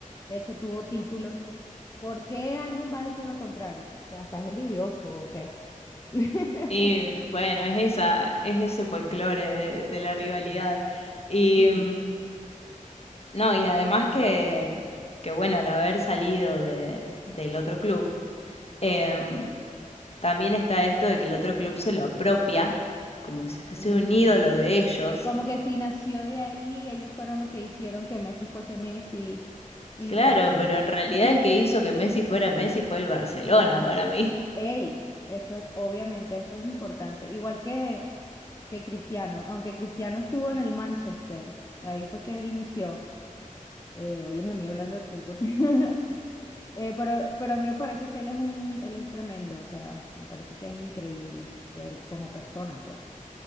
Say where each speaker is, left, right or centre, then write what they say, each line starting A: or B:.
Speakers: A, on the left; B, on the left.
A: de hecho tuvo títulos, ¿por qué alguien va a decir lo contrario? O sea, ¿estás envidioso o qué? <laughs>
B: y bueno, es esa, es ese folclore de, de la rivalidad. Y,
A: Sí,
B: mm, No, y además que, que bueno, al haber salido de, del otro club, em, también está esto de que el otro club se lo apropia, como si fuese
A: ujú.
B: un ídolo de ellos.
A: Como que si nació de ahí, ellos fueron los que hicieron que Messi fuese Messi y
B: Claro,
A: tal. eh,
B: pero en realidad
A: <laughs>
B: el que hizo que Messi fuera Messi fue el Barcelona
A: Pues me,
B: para mí.
A: ey, eso obviamente eso es importante. Igual que, que Cristiano, aunque Cristiano estuvo en el Manchester, ahí fue que él inició. Eh, óyeme, a mí hablando de fútbol. <laughs> Eh, pero, pero a mí me parece que él es un, él es tremendo, o sea, me parece que es increíble eh, como persona, pues.